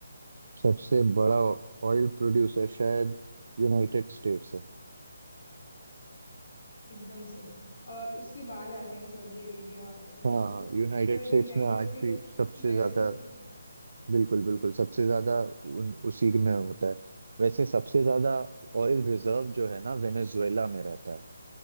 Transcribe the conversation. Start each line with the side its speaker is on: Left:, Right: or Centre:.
Right: सबसे बड़ा ऑयल प्रोड्यूसर शायद यूनाइटेड स्टेट्स है
Left: एकदम सही और उसके बाद आते हैं सऊदी अरेबिया और Russia
Right: हाँ यूनाइटेड
Left: But
Right: स्टेट्स
Left: United
Right: में आज
Left: States
Right: भी सबसे
Left: USA
Right: ज्यादा
Left: सबसे
Right: बिल्कुल बिल्कुल सबसे ज्यादा उन, उसी में होता है वैसे सबसे ज्यादा ऑयल रिजर्व जो है ना वेनेजुएला में रहता है